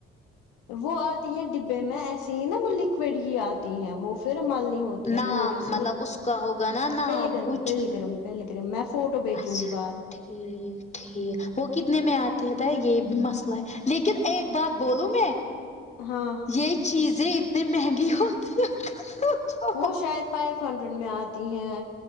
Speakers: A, on the left; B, on the left.
A: وہ آتی ہے ڈبے میں ایسے ہی نا وہ لکوڈ ہی آتی ہے وہ پھر مل نی ہوتی ہے
B: نام
A: تھوڑی سی
B: مطلب اس کا ہوگا نا نام
A: پل گرم
B: کچھ
A: پل گرم پل گریم میں فوٹو بھیجوں
B: اچھا
A: گی بعد میں
B: ٹھیک ٹھیک وہ کتنے میں آتی ہےتا یے بھی مسئلہ ہے لیکن ایک بات بولوں میں
A: ہاں
B: یے چیزیں اتنی مہنگی ہوتی ہیں سوچو
A: وہ
B: مت۔
A: شاید فائیو ہنڈریڈ میں آتی ہیں